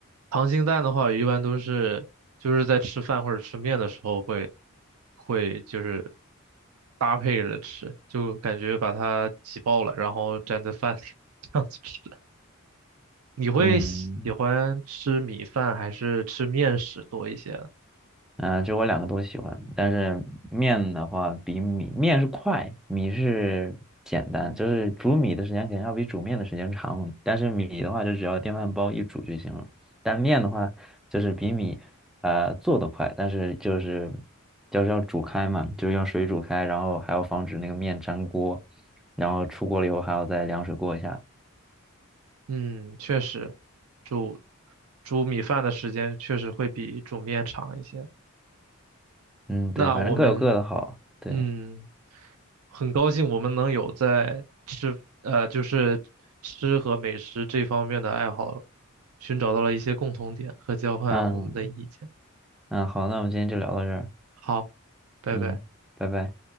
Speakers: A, on the right (about 75°); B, in the centre.
A: 溏心蛋的话，一般都是就是在吃饭或者吃面的时候会会就是搭配着吃，就感觉把它挤爆了，然后蘸在饭里 <laughs> 这样子吃。你会喜欢吃米饭还是吃面食多一些啊？
B: 嗯，嗯、就我两个都喜欢，但是面的话比米面是快，米是简单，就是煮米的时间肯定要比煮面的时间长，但是米的话就只要电饭煲一煮就行了。但面的话就是比米呃做的快，但是就是就是要煮开嘛，就是用水煮开，然后还要防止那个面粘锅，然后出锅了以后还要再凉水过一下。
A: 嗯，确实，煮煮米饭的时间确实会比煮面长一些。
B: 嗯，
A: 那我们
B: 对，反正各有各的好。对，
A: 嗯。很高兴我们能有在吃，呃，就是吃和美食这方面的爱好，寻找到了一些共同点和交换我们的意见。
B: 嗯嗯，好，那我们今天就聊到这儿。
A: 好，拜拜。
B: 嗯，拜拜。